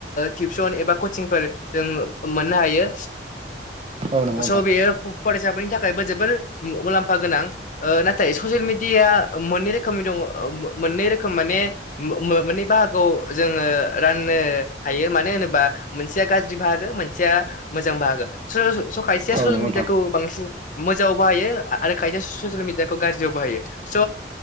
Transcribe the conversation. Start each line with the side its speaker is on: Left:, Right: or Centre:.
Left: टिउसन एबा कचिंफोर जों मोननो हायो
Right: औ नंगौ
Left: ओ स'
Right: नोंथां
Left: बेयो फ फरायसाफोरनि थाखायबो जोबोर ओ मु मुलाम्फा गोनां नाथाय ससियेल मिडिया मोननै रोखोमनि दङ' मो मोननै रोखोम माने मो मोननै बाहागोआव जोङो रान नो हायो मानो होनोबा मोनसे गाज्रि बाहागो मोनसे मोजां बाहागो सरा स' खायसेया ससियेल
Right: औ नंगौ
Left: मिडियाखौ
Right: नोंथां
Left: बांसिन मोजाङाव बाहायो आरो खायसे ससियेल मिडिया खौ गाज्रियाव बाहायो स'